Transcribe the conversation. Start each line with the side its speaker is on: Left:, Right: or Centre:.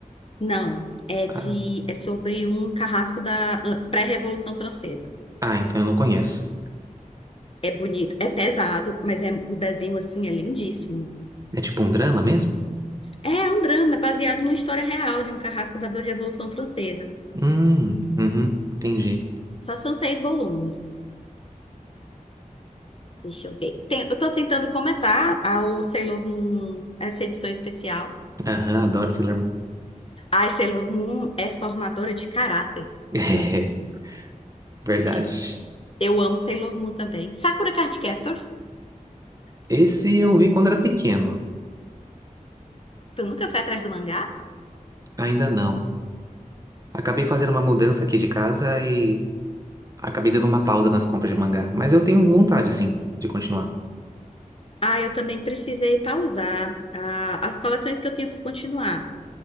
Left: Não, é
Right: Ah,
Left: de é sobre um carrasco da ah, pré-Revolução Francesa.
Right: ah, então eu não conheço.
Left: É bonito, é pesado, mas é o desenho assim é lindíssimo.
Right: É tipo um drama mesmo?
Left: É um drama, é baseado numa história real de um carrasco da Revolução Francesa.
Right: Hum, uhum, entendi.
Left: Só são seis volumes. Deixa eu ver. Tem- eu tô tentando começar a, o Sailor Moon, essa edição especial.
Right: Aham, adoro Sailor Moon.
Left: Ai, Sailor Moon é formadora de caráter.
Right: <laughs> Verdade.
Left: É, Eu amo Sailor Moon também. Sakura Card Captors.
Right: Esse eu vi quando era pequeno.
Left: Tu nunca foi atrás do mangá?
Right: Ainda não. Acabei fazendo uma mudança aqui de casa e acabei dando uma pausa nas compras de mangá. Mas eu tenho vontade, sim, de continuar.
Left: Ah, eu também precisei pausar ah, as coleções que eu tenho que continuar.